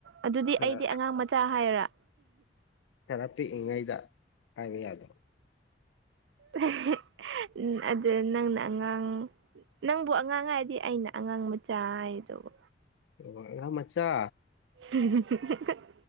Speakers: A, on the right; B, on the left.
A: ꯑꯗꯨꯗꯤ
B: ꯈꯔ
A: ꯑꯩꯗꯤ ꯑꯉꯥꯡ ꯃꯆꯥ ꯍꯥꯏꯌꯣꯔ
B: ꯈꯔ ꯄꯤꯛꯏꯉꯩꯗ ꯍꯥꯏꯕ ꯌꯥꯗ꯭ꯔꯣ
A: <unintelligible> ꯎꯝ ꯑꯗꯨ ꯅꯪꯅ ꯑꯉꯥꯡ ꯅꯪꯕꯨ ꯑꯉꯥꯡ ꯍꯥꯏꯗꯤ ꯑꯩꯅ ꯑꯉꯥꯡ ꯃꯆꯥ ꯍꯥꯏꯔꯤꯗꯨꯕꯨ
B: ꯑꯣ ꯑꯉꯥꯡ ꯃꯆꯥ
A: <unintelligible>